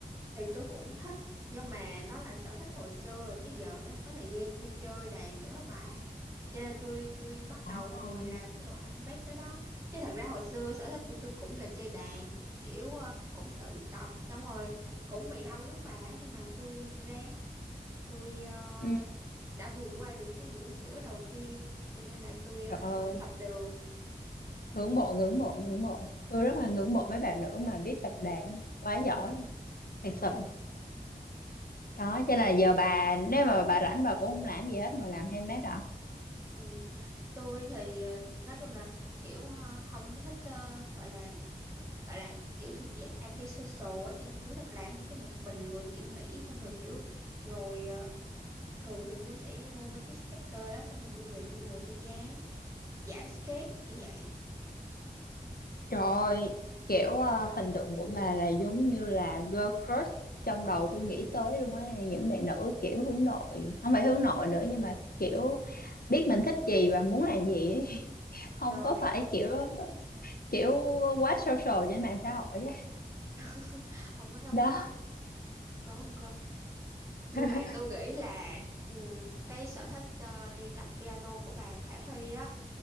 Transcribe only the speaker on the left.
Ồ.
ừ,
trời ơi
ngưỡng mộ ngưỡng mộ ngưỡng mộ tôi rất là ngưỡng mộ mấy bạn nữ mà biết tập đàn quá giỏi
thật sự đó cho nên là giờ bà nếu mà bà rảnh bà cũng không làm gì hết ngồi làm handmade hả
trời ơi kiểu ờ, hình tượng của bà là giống như là girl crush trong đầu tôi nghĩ tới luôn á những bạn nữ kiểu hướng nội không phải hướng nội nữa nhưng mà kiểu biết mình thích gì và muốn làm gì ấy. <laughs> không
có phải
kiểu kiểu quá social trên mạng xã hội á.
đó
<laughs>